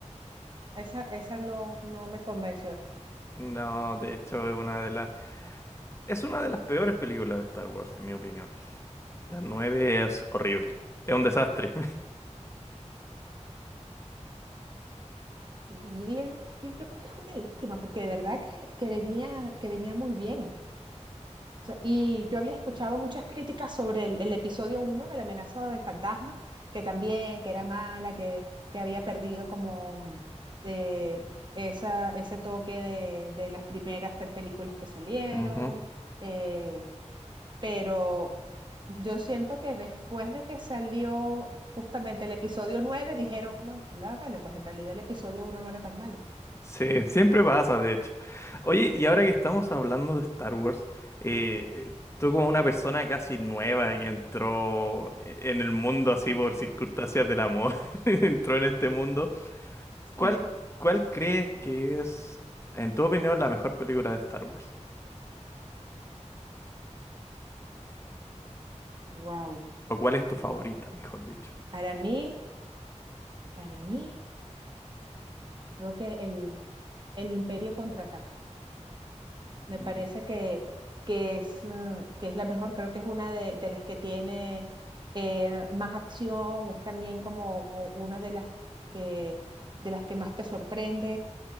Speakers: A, on the right; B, on the left.
A: esa, esa no, no me convenció.
B: No, de hecho es una de las... Es una de las peores películas de Star Wars, en mi opinión. La 9 es horrible. Es un desastre.
A: Sí, yo sí, yo creo que es una lástima, porque de verdad que, que venía, que venía muy bien. O sea, y yo había escuchado muchas críticas sobre el, el episodio uno de la amenaza del fantasma, que también, que era mala, que, que había perdido como eh, esa, ese toque de, de las primeras tres películas que salieron.
B: <laughs> Ujú.
A: eh, pero yo siento que después de que salió justamente el episodio 9 dijeron, no, la- vale, pues en realidad el episodio uno no era tan malo.
B: Sí, siempre pasa, de hecho. Oye, y ahora que estamos hablando de Star Wars, eh, tú como una persona casi nueva que entró e-, en el mundo así por circunstancias del amor, <laughs> entró en este mundo, ¿cuál,
A: <laughs>
B: cuál crees que es, en tu opinión, la mejor película de Star Wars?
A: wow.
B: ¿O cuál es tu favorita, mejor dicho?
A: Para mí, para mí, creo que el, el Imperio contraataca. Me
B: Mm,
A: parece que, que es, eh, que es la mejor, creo que es una de, de las que tiene eh, más acción, es también como una de las que, de las que más te sorprende.